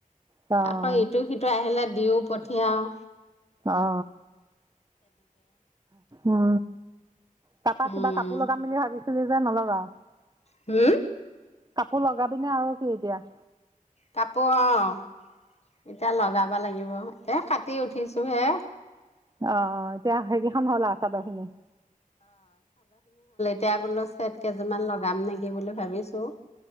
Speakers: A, on the right; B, on the left.
A: অ',
B: আকৌ ইটো সিটো আহিলে দিওঁ পঠিয়াওঁ
A: অ উ তা পা
B: উম
A: কিবা কাপোৰ লগাম বুলি ভাবিছোং। <unintelligible>
B: হম?
A: কাপোৰ লগাবি নে‌ আৰু কি এতিয়া?
B: কাপোৰ অ, এতিয়া লগাবা লাগিব, এ কাটি উঠিছো হে।
A: অ এতিয়া সেইকেইখন হ'ল আৰ চাদৰ খিনি?
B: তিয়া বলৰ ছেট কেইযোৰমান লগাম নেকি বুলি ভাবিছোঁ